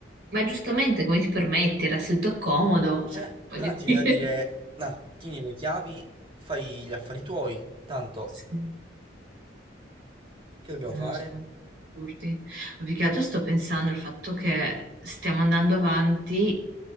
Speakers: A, on the right (about 60°); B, on the right (about 25°).
A: Ma giustamente come ti permetti, era seduto a comodo, cioè,
B: Eh,
A: voglio
B: là ti
A: dire,
B: viene da dire, no, tieni le chiavi, fai gli affari tuoi, tanto,
A: Sì,
B: che dobbiamo
A: non
B: fare?
A: so, assurdi. Ma Più che altro sto pensando al fatto che stiamo andando avanti